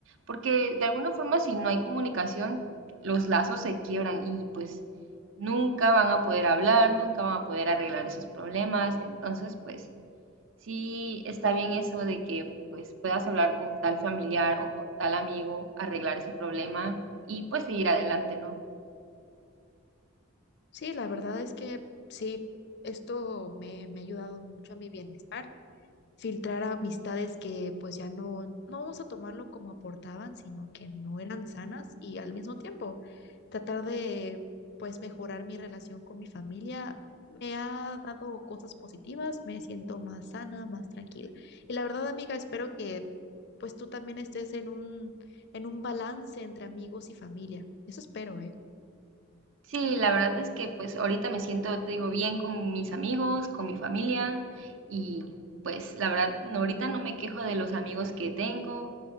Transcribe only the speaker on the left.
Sí, la verdad es que sí, esto me, me ha ayudado mucho a mi bienestar, filtrar amistades que pues ya no, no vamos a tomarlo como aportaban, sino que no eran sanas y al mismo tiempo tratar de pues mejorar mi relación con mi familia me ha dado cosas positivas, me siento más sana, más tranquila. Y la verdad, amiga, espero que pues tú también estés en un, en un balance entre amigos y familia. Eso espero, ¿eh?